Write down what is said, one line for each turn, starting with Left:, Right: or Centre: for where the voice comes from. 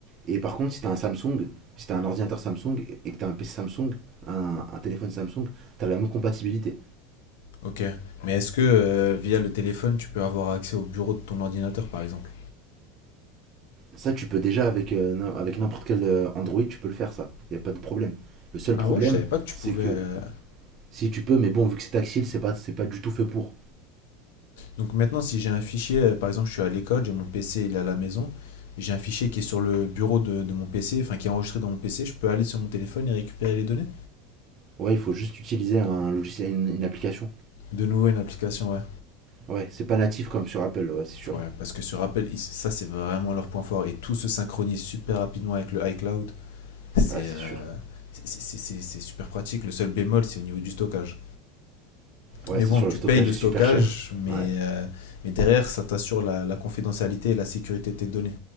Right: Et par contre, si t'as un Samsung, si t'as un ordinateur Samsung et que t'as un PC Samsung, un, un téléphone Samsung, t'as la même compatibilité.
Left: Ok. Mais est-ce que euh, via le téléphone, tu peux avoir accès au bureau de ton ordinateur, par exemple?
Right: Ça, tu peux déjà avec, euh, avec n'importe quel euh, Android, tu peux le faire, ça. Il n'y a pas de problème. Le seul
Left: Ah
Right: problème,
Left: ouais, je savais pas que tu
Right: c'est
Left: pouvais.
Right: que
Left: euh,
Right: si tu peux, mais bon, vu que c'est tactile, c'est pas, c'est pas du tout fait pour.
Left: Donc maintenant, si j'ai un fichier, euh, par exemple, je suis à l'école, j'ai mon PC, il est à la maison, et j'ai un fichier qui est sur le bureau de, de mon PC, enfin qui est enregistré dans mon PC, je peux aller sur mon téléphone et récupérer les données?
Right: Ouais, il faut juste utiliser un logiciel, une, une application.
Left: De nouveau, une application, ouais.
Right: Ouais, c'est pas natif comme sur Apple, ouais, c'est sûr.
Left: Ouais, parce que ce rappel, ils- ça, c'est vraiment leur point fort, et tout se synchronise super rapidement avec le iCloud. C'est
Right: Ouais, c'est
Left: euh,
Right: sûr.
Left: c'est c'est- c'est- c'est super pratique. Le seul bémol, c'est au niveau du stockage.
Right: Ouais,
Left: Mais
Right: c'est
Left: bon,
Right: sûr,
Left: tu
Right: le stockage
Left: payes le
Right: est
Left: stockage,
Right: super cher.
Left: mais,
Right: Ouais,
Left: euh, mais derrière, ça t'assure la, la confidentialité et la sécurité de tes données.